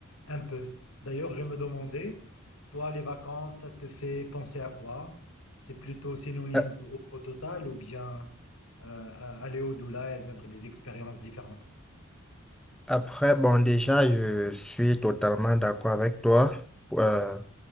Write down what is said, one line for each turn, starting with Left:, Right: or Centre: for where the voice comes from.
Left: un peu. D'ailleurs, je me demandais, toi, les vacances, ça te fait penser à quoi? C'est plutôt synonyme
Centre: Euh,
Left: de repos total ou bien euh, à- aller au-delà et vivre des expériences différentes?
Centre: Après, bon, déjà, je suis totalement d'accord avec toi. Euh,